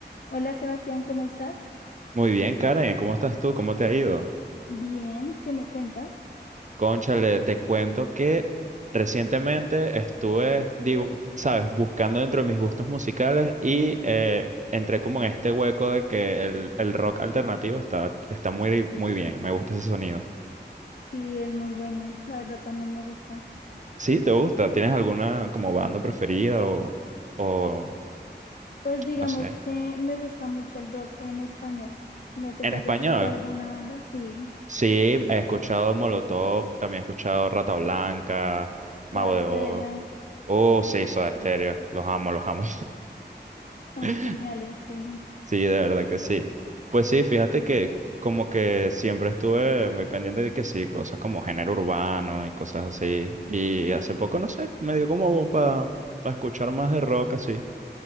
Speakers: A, on the left; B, on the right.
A: Hola Sebastián, ¿cómo estás?
B: Muy bien, Karen, ¿cómo estás tú? ¿Cómo te ha ido?
A: Bien, ¿qué me cuentas?
B: Cónchale, te cuento que recientemente estuve, digo, sabes, buscando dentro de mis gustos musicales y eh, entré como en este hueco de que el, el rock alternativo está, está muy, muy bien, me gusta ese sonido.
A: Sí, es muy bueno, la verdad también me gusta.
B: Sí, ¿te gusta? ¿Tienes alguna como banda preferida o, o
A: Pues digamos
B: no sé?
A: que me gusta mucho el rock en español. No sé
B: En
A: si
B: español,
A: has escuchado alguna banda, sí,
B: sí, he escuchado Molotov, también he escuchado Rata Blanca,
A: Soda
B: Mago de
A: Stereo,
B: Oz. Oh, sí, Soda Stereo. Los amo, los amo.
A: son
B: <laughs>
A: geniales, sí.
B: Sí, de verdad que sí. Pues sí, fíjate que como que siempre estuve muy pendiente de que sí, cosas como género urbano y cosas así. Y hace poco, no sé, me dio como para escuchar más de rock así.